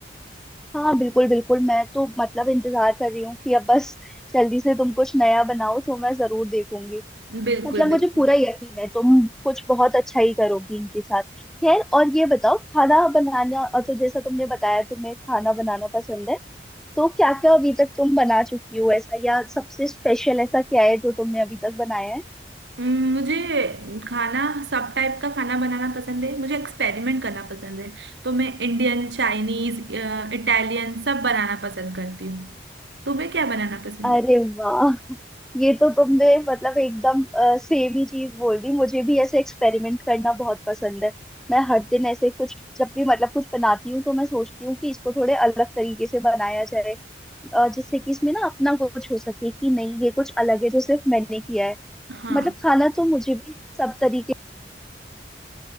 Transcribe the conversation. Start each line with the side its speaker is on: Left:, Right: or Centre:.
Centre: हाँ बिल्कुल बिल्कुल मैं तो मतलब इंतजार कर रही हूँ कि अब बस जल्दी से तुम कुछ नया बनाओ तो मैं जरूर देखूंगी
Right: बिल्कुल
Centre: मतलब
Right: बिल्कुल
Centre: मुझे पूरा यकीन है तुम कुछ बहुत अच्छा ही करोगी इनके साथ खैर और ये बताओ खाना बनाना और तो जैसा तुमने बताया तुम्हें खाना बनाना पसंद है तो क्या क्या अभी तक तुम बना चुकी हो ऐसा या सबसे स्पेशल ऐसा क्या है जो तुमने अभी तक बनाया है
Right: हम्म, मुझे खाना सब टाइप का खाना बनाना पसंद है मुझे एक्सपेरिमेंट करना पसंद है तो मैं इंडियन चाइनीज इटालियन सब बनाना पसंद करती हूँ तुम्हें क्या बनाना पसंद
Centre: अरे
Right: है
Centre: वाह ये तो तुमने मतलब एकदम सेम ही चीज बोल दी मुझे भी ऐसे एक्सपेरिमेंट करना बहुत पसंद है मैं हर दिन ऐसे कुछ जब भी मतलब कुछ बनाती हूँ तो मैं सोचती हूँ कि इसको थोड़े अलग तरीके से बनाया जाए अ, जिससे कि इसमें ना अपना कुछ हो सके कि नहीं ये कुछ अलग है जो सिर्फ मैंने किया है
Right: हाँ
Centre: मतलब खाना तो मुझे भी सब तरीके